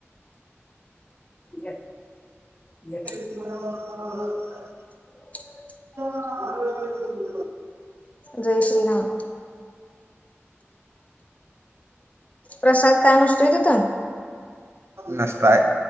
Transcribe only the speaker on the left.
ये ये
ह
जय श्रीराम प्रसाद काय नसतोय तिथं?